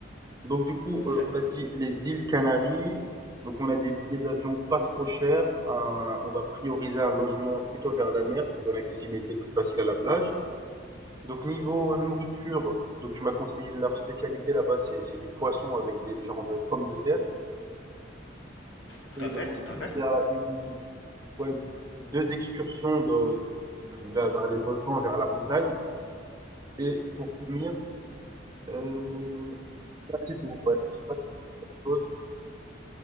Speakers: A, on the right (about 20°); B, on the left (about 75°).
A: Donc, du coup, euh,
B: Là,
A: on a dit les îles Canaries. Donc, on a des billets d'avion pas trop chers. un- on va prioriser un logement plutôt vers la mer pour une accessibilité plus facile à la plage. Donc, niveau nourriture, donc tu m'as conseillé leur spécialité là-bas, c'est c'est du poisson avec des genres de pommes de terre.
B: tout
A: Euh,
B: à fait,
A: ensuite,
B: tout à fait.
A: il y a une, ouais, deux excursions de- vers, vers les volcans, vers la montagne. Et pour finir, euh, Ouais, c'est tout, ouais. Je sais pas quelque chose.